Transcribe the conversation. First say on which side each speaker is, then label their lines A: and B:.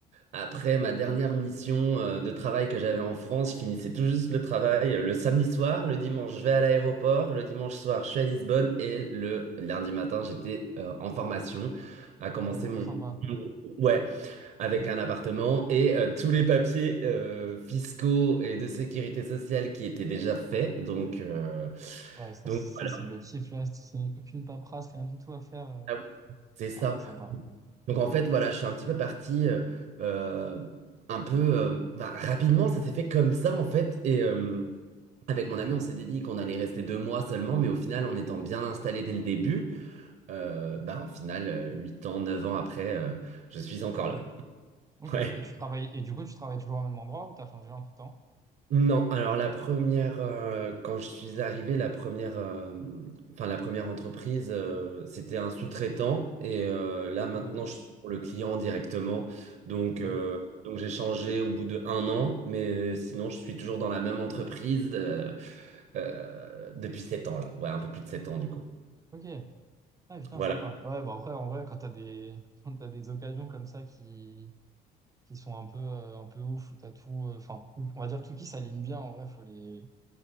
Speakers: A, on the right; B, on the right.
A: Après ma dernière mission euh, de travail que j'avais en France, je finissais tout juste le travail euh, le samedi soir, le dimanche je vais à l'aéroport, le dimanche soir je suis à Lisbonne et le lundi matin j'étais euh, en formation à commencer
B: Ah ouais, trop
A: mon...
B: sympa.
A: Ouais, avec un appartement et euh, tous les papiers euh, fiscaux et de sécurité sociale qui étaient déjà faits. Donc, euh,
B: Ouais, ça,
A: donc
B: c'est- ça
A: voilà,
B: c'est le kiff, là. C'est aucune paperasse, rien du tout à faire. euh.
A: Ah oui, c'est ça.
B: Ah ouais, sympa.
A: Donc en fait, voilà, je suis un petit peu parti euh, euh, un peu euh, bah, rapidement, ça s'est fait comme ça en fait. Et euh, avec mon ami, on s'était dit qu'on allait rester deux mois seulement, mais au final, en étant bien installé dès le début, euh, bah en final, euh, huit ans, neuf ans après, euh, je suis encore
B: Ah
A: là.
B: ouais.
A: <laughs>
B: Ok.
A: Ouais.
B: Et tu travailles, et du coup, tu travailles toujours au même endroit ou t'as changé entre-temps?
A: Non, alors la première, euh, quand je suis arrivé, la première, euh, enfin la première entreprise, euh, c'était un sous-traitant et euh, là maintenant
B: Ok,
A: je suis pour le client directement. Donc,
B: ok,
A: euh, donc j'ai changé au bout de un an, mais sinon je suis toujours dans la même entreprise euh, euh, depuis sept ans là, ouais un peu plus de sept ans du coup.
B: ok. Ah putain,
A: Voilà,
B: sympa. Ouais, bah après, en vrai, quand t'as des, <laughs> quand t'as des occasions comme ça qui, qui sont un peu, euh, un peu ouf, où t'as tout, euh, enfin, on va dire tout qui s'aligne bien, en vrai, faut les,